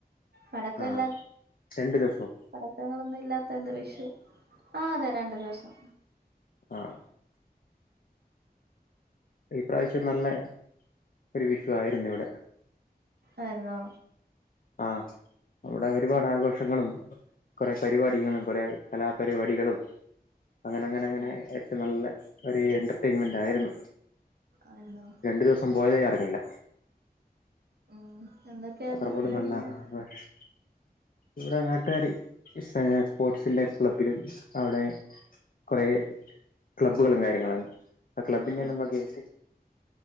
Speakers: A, on the right; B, on the left.
A: മടക്കെയില്ലാ
B: ആഹ് രണ്ടു ദിവസോ
A: പടക്കങ്ങളൊന്നുയില്ലാത്ത എന്ത്, വിഷു ആ അതെ രണ്ട് ദിവസം
B: ആഹ് ഈ പ്രാവിശ്യം നല്ലെ ഒരു വിഷു ആയിരുന്നു ഇവിടെ
A: ആന്നൊ
B: ആ അവിടെ ഒരുപാട് ആഘോഷങ്ങളും കൊറേ പരിപാടികളും കൊറേ ആയി കലാപരിപാടികളും അങ്ങന അങ്ങനെ അങ്ങനെ
A: ആഹ്
B: ഏറ്റം നല്ലെ ഒരു എന്റർടൈൻമെന്റായിരുന്നു
A: ആയിരുന്നോ
B: രണ്ടു ദിവസം പോയതേ അറിഞ്ഞില്ല
A: ഉം എന്തൊക്കെയായിരുന്നു
B: അത്ര പോലും
A: പരിപാടികള്
B: നല്ല ആഘോഷ് ഇവിടെ നാട്ടാര് സ് സ്പോർട്സിന്റെ ക്ലബ്ബിലും അവിടെ കൊറേ ക്ലബ്ബുകളും കാര്യങ്ങളാണ് ആ ക്ലബ്ബിന്റെല്ലം
A: ആഹ്
B: വകയായിറ്റ്